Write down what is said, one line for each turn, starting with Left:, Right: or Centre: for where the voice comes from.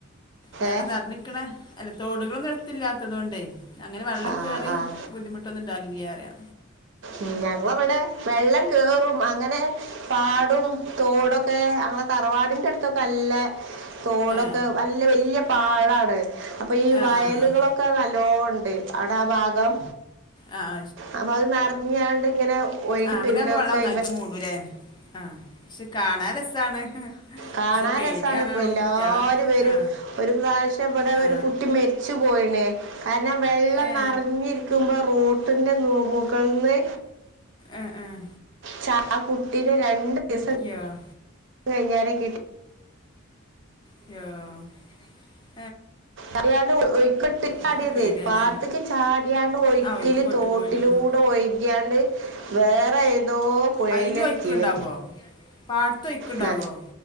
Left: വെള്ളം
Right: ഏ
Left: നർഞ്ഞ്ക്ക്ണ, അല്ല തോടുകളൊന്നും അട്ത്തില്ലാത്തതൊണ്ടെയ് അങ്ങനെ വള്ളം
Right: ആ
Left: കേറി.
Right: ആ
Left: ബുദ്ധിമുട്ടൊന്നുണ്ടാവില്ല്യാറിയാ.
Right: ഉം ഞങ്ങവ്ടെ വെള്ളം കേറും അങ്ങനെ പാടും തോടൊക്കെ ആഹ് തറവാടിന്റെ അടുത്തൊക്കെ നല്ല തോടൊക്കെ
Left: ഏ
Right: വൽ ല്ല ല്ല്യ പാടാണ്. അപ്പൊ ഈ
Left: ആ
Right: വയലുകളൊക്കെ
Left: ആ ആ
Right: നല്ലോണണ്ട്. അവ്ടെ ആ ഭാഗം,
Left: ആ ആ
Right: അപ്പൊ അത് നർഞ്ഞാണ്ട് ഇങ്ങനെ ഒഴുകി
Left: ആഹ് അങ്ങനെ
Right: വരുന്നൊക്കെ
Left: ആകുമ്പോ വെള്ളം ഒന്നായിട്ട്
Right: ഇവ
Left: മൂടൂലേ? ആഹ്. പശ്ശെ കാണാൻ രസാണ്.
Right: കാണാൻ
Left: പക്ഷെ പേടിയാണാണോ
Right: രസാണ്. അപ്പെല്ലാരും
Left: കുട്ടികളെ
Right: വെരും.
Left: ആ
Right: ഒര് പ്രാവ്ശ്യം ഇവടെ
Left: ആ
Right: ഒര് കുട്ടി മെരി ച്ച് പോയ്ണ്. കാരണം വെള്ളം
Left: ഏ
Right: നർഞ്ഞ് ഇര് ക്കുമ്പോ റോട്ടിന്റെ മോ മുകൾന്ന്
Left: ഏഹ് ഏഹ്.
Right: ച്ചാ ആ കുട്ടിനെ രണ്ട് ദിവസം
Left: യാഹ്.
Right: കഴിഞ്ഞേരേ കിട്
Left: ക്യാ
Right: അറിയാണ്ട് ഒയ്ക്ക്ട്ട്
Left: അതൊക്കെ
Right: ചാടിയതേരിക്കു.
Left: പേടിയാലേ
Right: പാഠത്ത്ക്ക് ചാടിയാണ്ട് ഒയ്ക്ക്ല്
Left: ആ ഒയ്ക്ക് പെട്ട്
Right: തോട്ടിലൂടെ
Left: പോയിട്ടുണ്ടോ
Right: ഒയ് കിയാണ്ട് വേറെ ഏതോ പുഴയിലെത്തീണ്.
Left: അയില് ഒയ്ക്കുണ്ടാകോ പാടത്ത് ഒയ്ക്കുണ്ടാകോ
Right: ന്ന